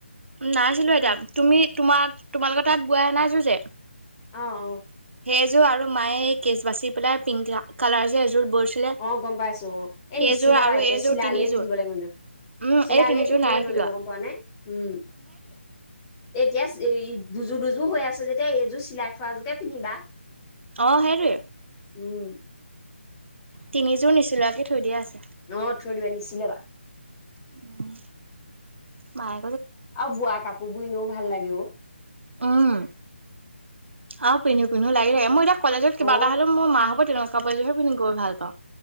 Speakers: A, on the right; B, on the left.
A: নাইছিলো এইতয়া তুমি তোমাৰ তোমালোকৰ তাত বুৱা এ নাইছো যে
B: অ অ
A: সেই এযোৰ আৰু মায়ে এই কেচ বাচি পেলাই পিংক কালাৰযোৰ এযোৰ বৈছিলে
B: অ গম পাইছো অ এ
A: সেইযোৰ
B: নিচিলাবা
A: আৰু
B: এতিয়া
A: এইযোৰ
B: চিলালেই
A: তিনিযোৰ
B: পিন্ধিবলৈ মন যাব
A: উম
B: চিলালেই
A: এই তিনিযোৰ
B: পিন্ধিবলৈ
A: নাই
B: মন
A: চিলোৱা
B: যাব গম পোৱা নাই উম এ এতিয়া দুযো দুযো হৈ আছে যেতিয়া এইযোৰ চিলাই থোৱাযোৰোকে পিন্ধিবা
A: অ হেৰি
B: উম ।
A: তিনিযোৰ নিচোাকৈ থৈ দিয়া আছে
B: অ থৈ দিব নি চিল বা
A: উম মাই
B: আৰু বোৱা কাপোৰ বুই এনেও ভাল ভাল লাগে অ ।
A: উম অ পিন্ধো পিন্ধো লাগি আৰু মই এতিয়া কলেজত কা
B: অ
A: এটা হ'লে মা হ'বনেকা কাপোৰযোৰে পিন্ধি গৈ ভাল পাওঁ